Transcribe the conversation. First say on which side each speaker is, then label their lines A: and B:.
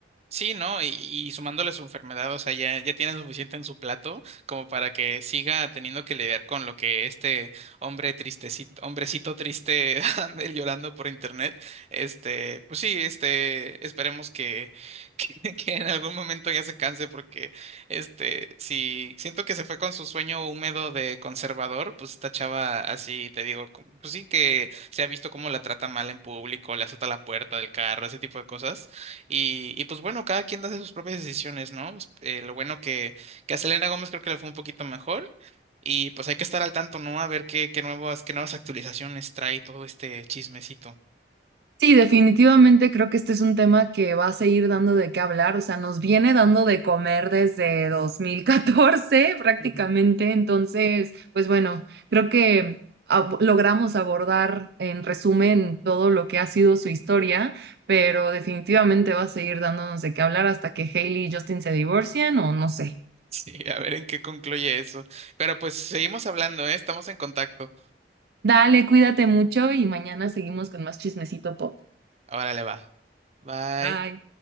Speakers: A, on the right; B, on the right.
A: Sí, ¿no? Y, y sumándole su enfermedad, o sea, ya, ya tiene suficiente en su plato como para que siga teniendo que lidiar con lo que este hombre tristecito, hombrecito triste <laughs> anda llorando por internet. Este, pues sí, este, esperemos que, que, <laughs> que en algún momento ya se canse porque, este, si siento que se fue con su sueño húmedo de conservador, pues esta chava así, te digo, com- pues sí que se ha visto cómo la trata mal en público, le azota la puerta del carro, ese tipo de cosas. Y, y pues bueno, cada quien hace sus propias decisiones, ¿no? Pues, eh, lo bueno que, que a Selena Gómez creo que le fue un poquito mejor. Y pues hay que estar al tanto, ¿no? A ver qué, qué nuevas, qué nuevas actualizaciones trae todo este chismecito.
B: Sí, definitivamente creo que este es un tema que va a seguir dando de qué hablar, o sea, nos viene dando de comer desde 2014 <laughs> prácticamente,
A: Ujú. <laughs>
B: entonces, pues bueno, creo que ab- logramos abordar en resumen todo lo que ha sido su historia, pero definitivamente va a seguir dándonos de qué hablar hasta que Hailey y Justin se divorcien o no sé.
A: Sí, a ver en qué concluye eso. Pero pues seguimos hablando, ¿eh? Estamos en contacto.
B: Dale, cuídate mucho y mañana seguimos con más chismecito pop.
A: Ahora le va. Bye.
B: Bye.